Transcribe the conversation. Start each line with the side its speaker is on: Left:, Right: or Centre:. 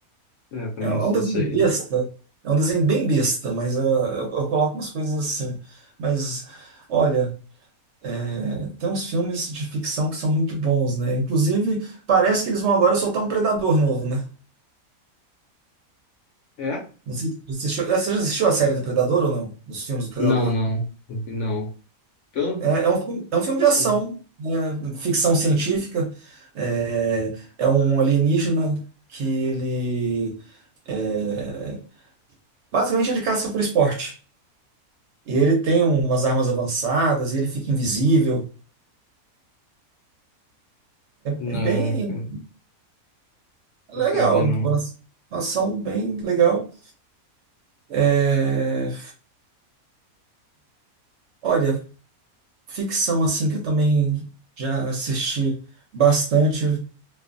Left: É, pelo
Right: É é
Left: menos
Right: um desenho
Left: isso aí.
Right: besta. É um desenho bem besta, mas ah, eu, eu coloco umas coisas assim. Mas, olha, é, tem uns filmes de ficção que são muito bons, né? Inclusive, parece que eles vão agora soltar um Predador novo, né?
Left: É?
Right: Não sei se você assistiu, é, você já assistiu a série do Predador ou não? Dos filmes do Predador?
Left: Não, não. Não. Pelo.
Right: É, é um, filme- é um filme de ação,
Left: Não.
Right: né? Ficção científica. É, é um alienígena que ele. é, basicamente, ele caça por esporte. E ele tem umas armas avançadas e ele fica invisível.
Left: Não,
Right: É bem
Left: nunca,
Right: legal.
Left: nunca vi, não.
Right: Uma uma ação bem legal. É, Olha, ficção assim que eu também já assisti bastante.